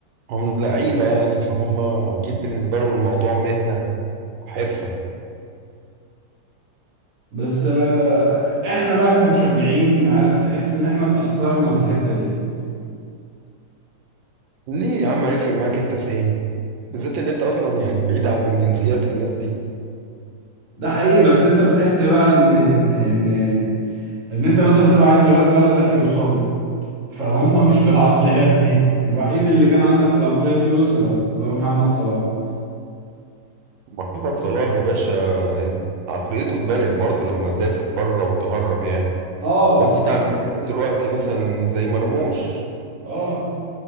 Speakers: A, on the right; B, on the right.
A: هم لعيبة يعني فهم اكيد بالنسبة لهم الموضوع مهنة وحرفة
B: بس آه، احنا بقى كمشجعين عارف تحس ان احنا اتأثرنا بالحتة دي
A: ليه يا عم هيفرق معاك انت في ايه بالذات ان انت اصلا يعني بعيد عن جنسيات الناس دي
B: ده حقيقي بس انت بتحس بقى ان ان ان ان انت مثلا بتبقى عايز ولاد بلدك يوصلوا فهم مش بالعقليات دي الوحيد اللي كان عندك بالعقلية دي وصل أهو، اللي هو محمد صلاح
A: محمد صلاح يا باشا عقليته اتبنت برضه لما سافر بره وتغرب يعني
B: اه
A: واكيد
B: ف
A: عندنا دلوقتي مثلا زي مرموش
B: اه